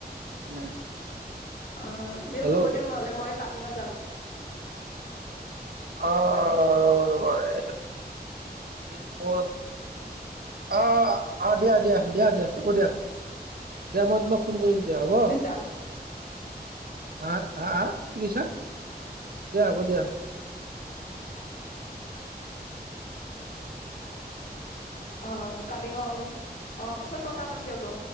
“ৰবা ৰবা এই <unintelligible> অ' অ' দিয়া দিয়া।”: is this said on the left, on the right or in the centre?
Right